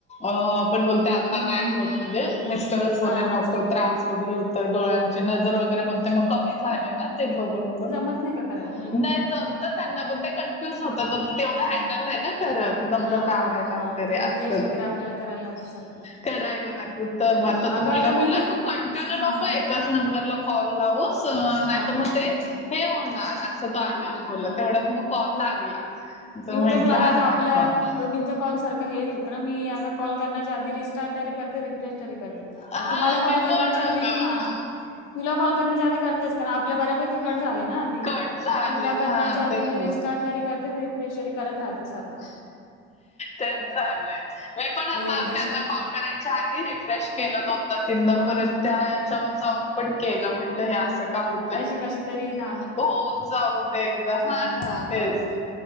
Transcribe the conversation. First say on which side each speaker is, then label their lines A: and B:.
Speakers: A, on the left; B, on the left.
A: अ पण बोलते
B: हम्म
A: आता नाय
B: हम्म हम्म
A: होत. म्हणजे मिस्टरच बोले,
B: हा
A: नको
B: मिस्टर
A: त्रास वगैरे हो तर डोळ्यांची नजर वगैरे, पण ते मग कमी झाले ना ते बघून, बघून.
B: झिंग करायला मग.
A: नाही जमत त्यांना, पण त्या कं कन्फ्यूज होत, मग तेवढं
B: हा
A: हँडल नाही ना करत, नंबर
B: हा
A: लावायला
B: बरोबर हा
A: वगैरे
B: ते रिफ्रेश
A: असंच
B: वगैरे आपल्याला करायला लागतो सारखं.
A: करायला लागतात, तर आता
B: अगं
A: तो मुलगा बोलला
B: मी
A: तू कंटाळू
B: हा
A: नको एकच नंबरला कॉल लावुस, नाही
B: हा हा
A: मग ते होणार. तो आल्यावर बोलला.
B: हा
A: तेवढाच मग कॉल लागला, तो
B: मी उलट
A: म्हटला
B: मला आता
A: आला
B: आपल्या
A: कॉल.
B: दोघींचा कॉल सारखं हेच होतं ना, मी आता कॉल करण्याच्या आधी रिस्टार्टरी करते, रिफ्रेश तरी करते.
A: हा
B: तुम्हाला कॉल
A: मी
B: करण्याच्या
A: पण
B: आधी
A: अगं
B: हा. तुला कॉल करण्याच्या आधी करतेच, कारण आपले बऱ्यापैकी कट झाले ना आधी.
A: कट झालेत
B: मग तुला करण्याच्या
A: हा
B: आधी,
A: तेच
B: मी
A: ना
B: रिस्टार्ट तरी करते. रिफ्रेश करत राहते सारखं.
A: ते झालंय, मी पण आता
B: मला एकदाशी
A: त्यांना कॉल करायच्या आधी रिफ्रेश केलं दोनदा-तीनदा
B: मग
A: परत त्या ह्याच्यावर जाऊन पण केलं, म्हंटलं हे असं का होतय?
B: तशे तरी दा
A: होऊन जाऊदे एकदा, हा
B: मग
A: ना
B: दहा
A: तेच.
B: कॉल